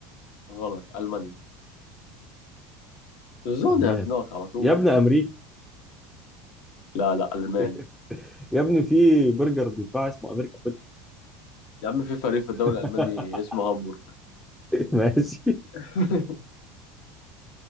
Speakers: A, on the left; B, in the centre.
A: غلط المانيا تزون
B: المانيا
A: هزنقك
B: الصراحة.
A: على طول
B: يا ابن امريكا
A: لا لا الماني
B: <laughs> يا ابني في برجر بيتباع اسمه امريكا برجر
A: يا عم في فريق في الدوري
B: <laughs>
A: الالماني اسمه هامبورغ
B: ماشي
A: <laughs>